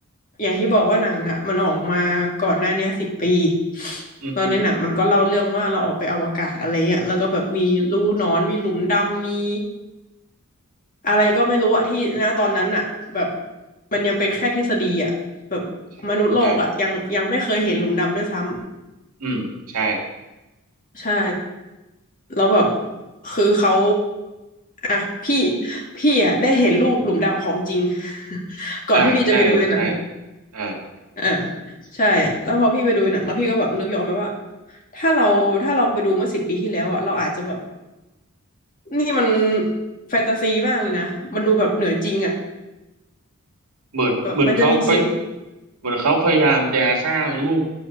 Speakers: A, on the left; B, on the right.
A: อย่างที่บอกว่าหนังอะมันออกมาก่อนหน้าเนี้สิบปี
B: อือฮึ
A: แล้วในหนังมันก็เล่าเรื่องว่าเราออกไปอวกาศอะไรเงี้ยแล้วก็แบบมีรูหนอนมีหลุมดำมี อะไรก็ไม่รู้อะที่นะตอนนั้นอะแบบมันยังเป็นแค่ทฤษฎีอะแบบมนุษย์โลกอะยังยังไม่เคยเห็นหลุมดำด้วยซ้
B: ใช่อ่าอืมใช่
A: ำใช่แล้วแบบคือเขาอะพี่พี่อะได้เห็นรูปหลุมดำของจริง <laughs> ก่อนที่พี่จะไปดูในหนัง
B: อ่าใช่ใช่อ่า
A: อ่าใช่แล้วพอพี่ไปดูในหนังแล้วพี่ก็แบบนึกย้อนไปว่าถ้าเราถ้าเราไปดูเมื่อสิบปีที่แล้วอะเราอาจจะแบบนี่มันแฟนตาซีมากเลยนะมันดูแบบเหนือจริงอะ
B: เหมือนเหมือนเขาไป
A: แบบมันจะมีสิ่ง
B: เหมือนเขาพยายามจะสร้างรูป